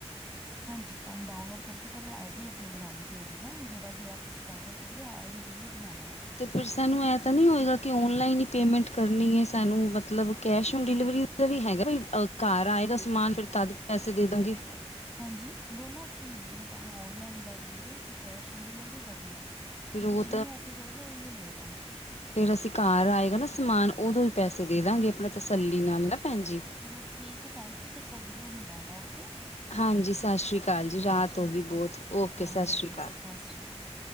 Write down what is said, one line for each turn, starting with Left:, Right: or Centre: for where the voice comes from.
Centre: ਹਾਂਜੀ ਤੁਹਾਨੂੰ ਡਾਉਨਲੋਡ ਕਰਕੇ ਪਹਿਲੇ ਆਈ ਡੀ ਆਪਣੀ ਬਣਾਉਣੀ ਪਏਗੀ ਨਾ ਜਿਹੜਾ ਵੀ ਐਪ ਤੁਸੀ ਡਾਉਨਲੋਡ <unintelligible> ਆਈ ਡੀ ਜਰੂਰ ਬਨਾਨਾ।
Left: ਤੇ ਫਿਰ ਸਾਹਨੂੰ ਇਹ ਤਾ ਨੀ ਹੋਏਗਾ ਕਿ ਔਨਲਾਈਨ ਹੀ ਪੇਮੈਂਟ ਕਰਨੀ ਹੈ ਸਾਨੂੰ ਮਤਲਬ ਕੈਸ਼ ਓਨ ਡਿਲੀਵਰੀ ਓਹ ਵੀ ਹੈਗਾ ਏ ਆਹ ਘਰ ਆਏਗਾ ਸਮਾਨ ਫੇਰ ਤੱਦ ਪੈਸੇ ਦੇਦਾਂਗੀ।
Centre: ਹਾਂਜੀ ਦੋਨੋ ਓਪਸ਼ਨ ਮਿਲਨਗੇ ਤੁਹਾਨੂੰ ਔਨਲਾਈਨ ਦਾ ਵੀ ਏ ਤੇ ਕੈਸ਼ ਓਨ ਡਿਲੀਵਰੀ ਦਾ ਵੀ ਏ।
Left: ਫਿਰ
Centre: ਤੁਸੀ
Left: ਉਹ
Centre: ਜਿਹਨੂੰ ਓ ਕੇ ਕਰੋਗੇ, ਉਹੀਓ ਹੋਏਗਾ।
Left: ਫੇਰ ਅਸੀ ਘਰ ਆਏਗਾ ਨਾ ਸਮਾਨ ਉਦੋ ਹੀ ਪੈਸੇ ਦੇ ਦਾਂਗੇ। ਆਪਣਾ ਤਸੱਲੀ ਨਾਲ
Centre: ਹਾਂਜੀ
Left: ਨਾ ਭੈਣ ਜੀ
Centre: ਚਲੋ ਠੀਕ ਹੈ ਭੈਨ ਜੀ ਤੁਸੀ ਇੱਕ ਵਾਰੀ ਜਰੂਰ ਮੰਗਾਨਾ ਓਕੇ।
Left: ਹਾਂਜੀ ਸਤਿ ਸ਼੍ਰੀ ਅਕਾਲ ਰਾਤ
Centre: ਜੀ
Left: ਹੋ ਗਈ ਬਹੁਤ
Centre: ਸ
Left: ਓਕੇ
Centre: ਹਾਂਜੀ-ਹਾਂਜੀ
Left: ਸਤਿ ਸ਼੍ਰੀ ਅਕਾਲ
Centre: ਸਸ ਸ੍ਰੀ ਕਾਲ।